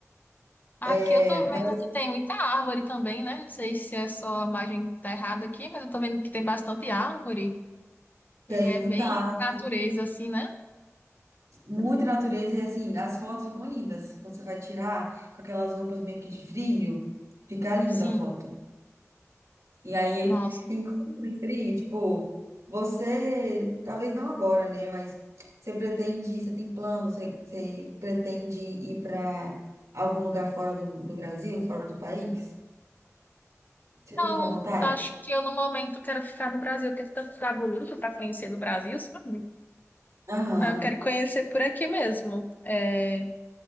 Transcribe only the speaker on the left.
Aqui
eu tô vendo
que tem muita árvore também, né? Não sei se é só a imagem que tá errada aqui, mas eu tô vendo que tem bastante árvore.
Ele é
bem
natureza, assim, né?
Sim.
Nossa.
Não,
acho que eu no momento quero ficar no Brasil, quero tanto ficar bonito para conhecer do Brasil, sabe?
Mas eu quero conhecer por aqui mesmo. É,